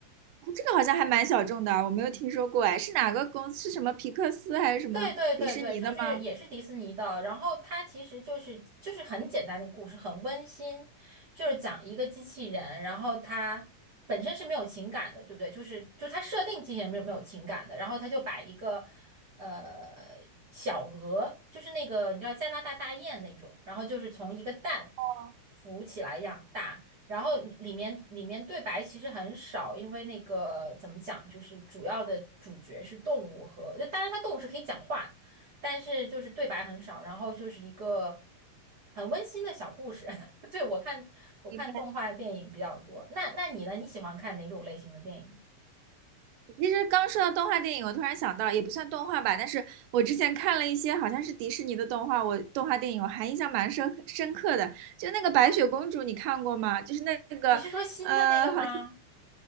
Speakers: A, on the right; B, on the right.
A: 哦这个好像还蛮小众的，我没有听说过哎，是哪个公司？是什么皮克斯还是什么迪士尼的吗？
B: 对对对对，就是也是迪士尼的，然后它其实就是就是很简单的一个故事，很温馨，就是讲一个机器人，然后它本身是没有情感的，对不对？就是就它设定机器人没有没有情感的，然后它就把一个呃小鹅，就是那个你知道加拿大大雁那种，然后就是从一个蛋
A: 哦，
B: 浮起来养大，然后里里面里面对白其实很少，因为那个怎么讲，就是主要的主角是动物和，当然它动物是可以讲话但是就是对白很少，然后就是一个很温馨的小故事。<laughs> 对，我看我看动画电影比较多，
A: 明白。
B: 那那你呢？你喜欢看哪种类型的电影？
A: 其实刚说到动画电影，我突然想到，也不算动画吧，但是我之前看了一些好像是迪士尼的动画，我动画电影我还印象蛮深深刻的，就那个白雪公主，你看过吗？就是那个呃，
B: 你是说新的那个吗？
A: 好，